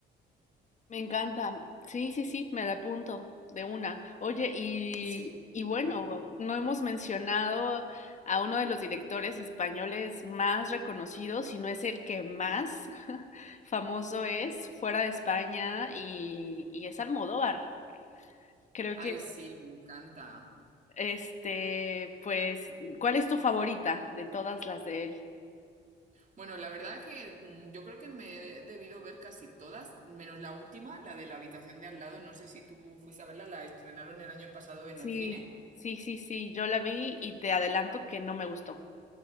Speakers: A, on the left (about 35°); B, on the right (about 40°).
A: Me encanta. Sí, sí, sí, me la apunto de una. Oye, y,
B: Sí,
A: y bueno,
B: dime.
A: no hemos mencionado a uno de los directores españoles más reconocidos, si no es el que más <laughs> famoso es fuera de España, y, y es Almodóvar. Creo
B: Ay,
A: que,
B: sí, me encanta.
A: este, pues, ¿cuál es tu favorita de todas las de él?
B: Bueno, la verdad que mm, yo creo que me he debido ver casi todas, menos la última, la de la habitación de al lado. No sé si tú fuiste a verla, la estrenaron el año pasado en
A: Sí,
B: el cine.
A: sí, sí, sí, yo la vi y te adelanto que no me gustó.